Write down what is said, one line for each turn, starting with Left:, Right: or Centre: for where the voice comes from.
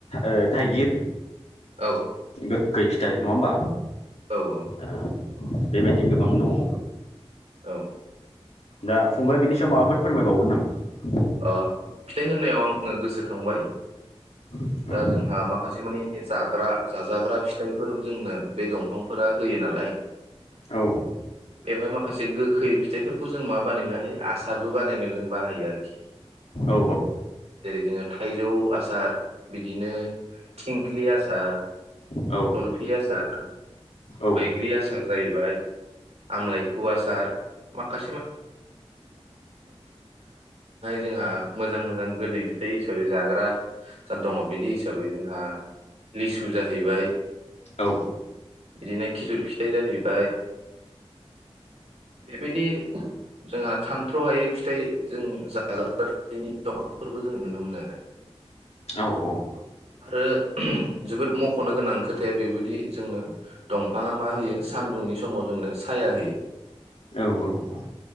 Left: ओ थाइगिर
Right: औ।
Left: गोखै फिथाइ नङा होमबा?
Right: औ औ।
Left: ओ बेबायदि गोबां दङ।
Right: औ।
Left: दा फंबाय बिनि सायाव माबाफोर फोरमायबावगोन नामा।
Right: ओ फिथाइ होननायाव आङो गोसोखांबाय
Left: नामा
Right: दा जोंहा माखासे मानि जाग्रा जाजाग्रा फिथाइफोर जोंनो बे दंफांफोरा होयो नालाय
Left: औ
Right: बेवहाय माखासे गोखै फिथाइफोरखौ जों मा बानायनो हायो आसारबो बानायनायाव जों बाहायो आरोखि। जेरै
Left: औ
Right: जोङो थाइजौ आसार बिदिनो थिंख्लि आसार
Left: औ
Right: जलफि आसार
Left: औ
Right: बैग्रि आसार जाहैबाय आमलाायखु आसार माखआ जोहा मोजां मोजां गोदै फिथाइ हिसाबै जाग्रा जा दङ बेदि हिसाबै जोंहा लिसु जाहैबाय
Left: औ
Right: बिदिनो खिजुर फिथाइ जाहैबाय बिबादि जोंहा सानथ्र' हायै फिथाइ जों जा हाग्रा बा रिनि दंफांफोरबो जोङो नुनो मोनो आरो
Left: औ औ
Right: आरो ओहम जोबोद मख'नो गोनां खोथाया बेबायदि जोंनो दंफाङा मा होयो सानदुंनि समाव जोंनो साया होयो।
Left: औ औ औ